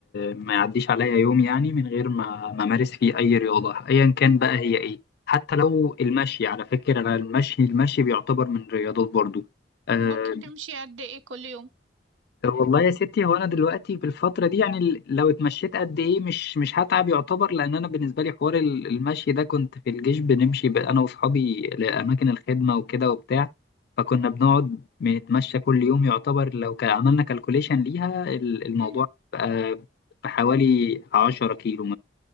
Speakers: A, on the left; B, on the right.
A: ما يعديش عليا يوم يعني من غير ما ما امارس فيه اي رياضه ايا كان بقى هي ايه حتى لو المشي على فكره انا المشي المشي بيعتبر من الرياضات برضو آه،
B: ممكن تمشي قد ايه كل يوم
A: والله يا ستي هو انا دلوقتي في الفتره دي يعني ال- لو اتمشيت قد ايه مش مش هتعب يعتبر لان انا بالنسبه لي حوار ال- المشي ده كنت في الجيش بنمشي ب- انا واصحابي لاماكن الخدمه وكده وبتاع فكنا بنقعد بنتمشى كل يوم يعتبر لو كان عملنا كالكوليشن ليها ال- الموضوع
B: امم
A: بقى بحوالي 10 كيلو